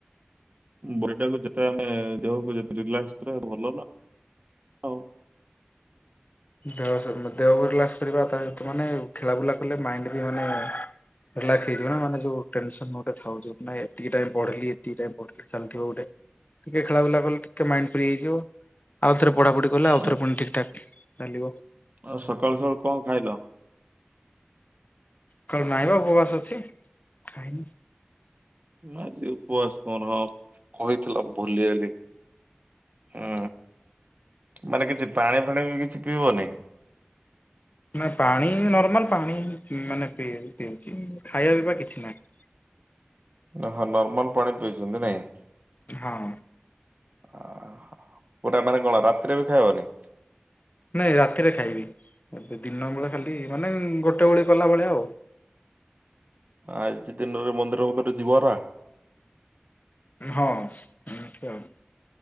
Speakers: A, on the right; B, on the left.
A: ବଡି ଟାକୁ ଯେତେ ଆମେ ଦେହକୁ ରିଲାକ୍ସ କରିଆ ଭଲ ନ ଆଉ।
B: ଦେହ ଦେହକୁ ରିଲାକ୍ସ କରିବା ତା ତ ମାନେ ଖେଳାବୁଲା କଲେ ମାଇଣ୍ଡ ବି ମାନେ ରିଲାକ୍ସ ହେଇଯିବ ନା ମାନେ ଯଉ ଟେନସନ ଗୋଟେ ଥାଉଚି ନାଁ ଏତିକି ଟାଇମ ପଢ଼ିଲି ଏତିକି ଟାଇମ ପଢ଼ିଲି। ଚାଲିଥିବ ଗୋଟେ ଟିକେ ଖେଳାବୁଲା କଲେ ଟିକେ ମାଇଣ୍ଡ ଫ୍ରି ହେଇଯିବ ଆଉ ଥରେ ପଢାପଢି ଗଲା ଆଉଥରେ
A: ଆଉ
B: ପୁଣି ଠିକ୍ ଠାକ୍ ଚାଲିବ।
A: ଆଉ ସକାଳୁ ସକାଳୁ କଣ ଖାଇଲ?
B: ସକାଳୁ ନାଇବା ଉପବାସ ଅଛି ଖାଇନି।
A: ଆଜି ଉପବାସ ତୁମର ହଁ କହିଥିଲ ଭୁଲିଗଲି। ହୁଁ ମାନେ କିଛି ପାଣି ଫାଣି ବି କିଛି ପିଇବନି?
B: ନା ପାଣି ନର୍ମାଲ ପାଣି ମାନେ ପିଇ ପିଉଛି ଖାଇବା ପିଇବା କିଛି ନାହିଁ।
A: ଓହ ନର୍ମାଲ ପାଣି ପିଇଛନ୍ତି ନାଇଁ।
B: ହଁ।
A: ଅହ ପୁରା ମାନେ କଣ ରାତିରେ ବି ଖାଇବନି?
B: ନାଇଁ ରାତିରେ ଖାଇବି ଏବେ ଦିନ ବେଳେ ଖାଲି ମାନେ ଗୋଟେ ଓଳି କଲା ଭଳିଆ ଆଉ।
A: ଆଜି ଦିନରେ ମନ୍ଦିର ଫନ୍ଦିର ଯିବରା।
B: ହଁ ଏମିତି ଆଉ।